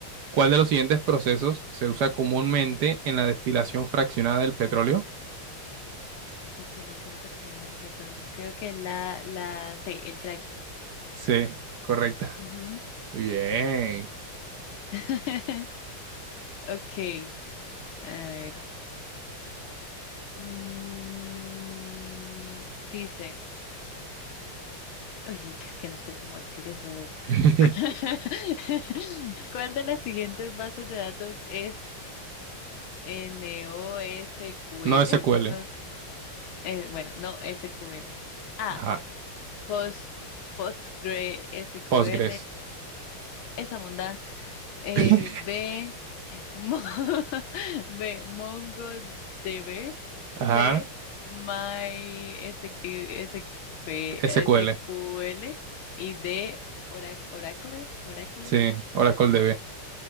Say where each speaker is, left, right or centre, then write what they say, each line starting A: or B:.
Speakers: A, on the right (about 60°); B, on the left (about 75°).
A: ¿Cuál de los siguientes procesos se usa comúnmente en la destilación fraccionada del petróleo?
B: Deshilación fraccionada del petróleo. Creo que es la, la C, el cracking.
A: C. Correcta.
B: Ujú.
A: Bien.
B: <laughs> Ok, a ver. Mm, dice, oye, es que no sé cómo decir eso, a ver.
A: <laughs>
B: <laughs> ¿Cuál de las siguientes bases de datos es NoSQL?
A: No SQL.
B: No eh, bueno, no SQL. Ah,
A: Ajá.
B: Post, postgresql
A: Postgres.
B: esa monda. Eh,
A: <laughs>
B: B, Mo- <laughs> B, MongoDB. C,
A: Ajá.
B: MySQL.
A: SQL.
B: Y D, Orac- Oracle, Oracle,
A: Sí. Oracle DB.